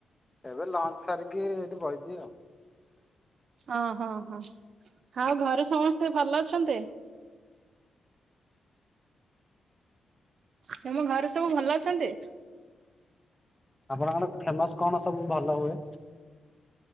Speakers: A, on the left; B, on the right.
A: ଏବେ ଲଞ୍ଚ ସାରିକି ଏଇଠି ବଇଚି ଆଉ
B: ଓହୋ ହୋ ଆଉ ଘରେ ସମସ୍ତେ ଭଲ ଅଛନ୍ତି? ତମ ଘରେ ସବୁ ଭଲ ଅଛନ୍ତି?
A: ଆପଣଙ୍କର ଫେମସ କଣ ସବୁ ଭଲ ହୁଏ?